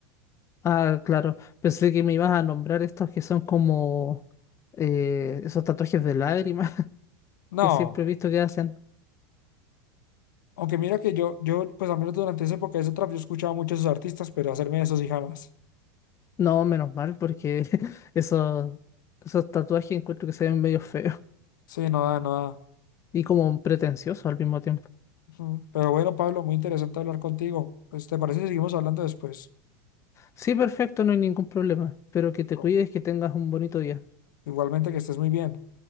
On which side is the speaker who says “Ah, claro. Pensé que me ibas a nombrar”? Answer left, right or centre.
Left